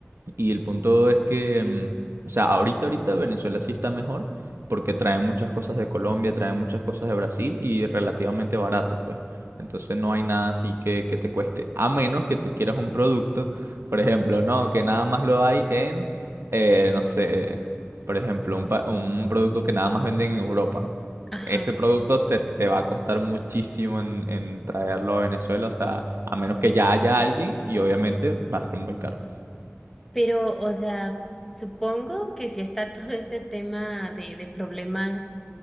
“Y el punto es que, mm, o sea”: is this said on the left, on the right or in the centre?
Right